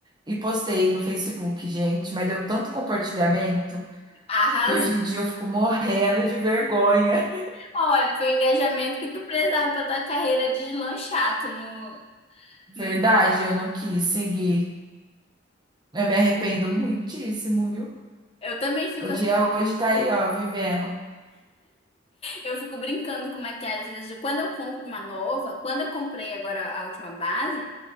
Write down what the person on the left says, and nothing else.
Arrasou.
Olha, foi o engajamento que tu precisava pra tua carreira deslanchar. Tu não,
não...
Eu também fico
assim.
Eu fico brincando com maquiagem. Às vezes, quando eu compro uma nova, quando eu comprei agora a última base,